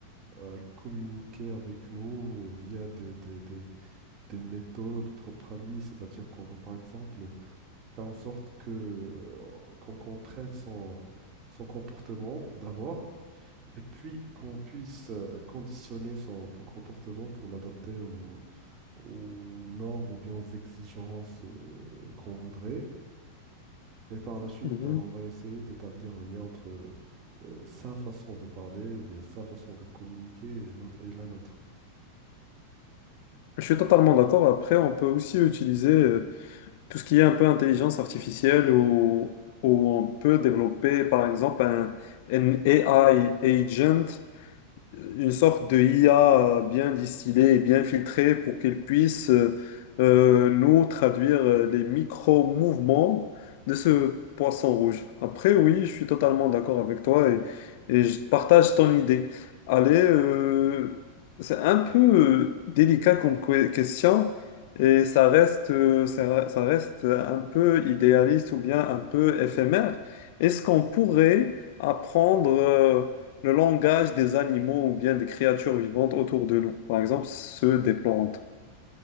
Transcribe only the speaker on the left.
Mhm.
Je suis totalement d'accord. Après, on peut aussi utiliser euh, tout ce qui est un peu intelligence artificielle ou, ou on peut développer, par exemple, un, un AI agent une sorte de IA bien distillée et bien filtrée pour qu'elle puisse euh, euh, nous traduire euh, les micro-mouvements de ce poisson rouge. Après, oui, je suis totalement d'accord avec toi et, et je partage ton idée. Allez, euh, c'est un peu euh, délicat comme que- question et ça reste, euh, ça ça reste un peu idéaliste ou bien un peu éphémère. Est-ce qu'on pourrait apprendre euh, le langage des animaux ou bien des créatures vivantes autour de nous, par exemple ceux des plantes.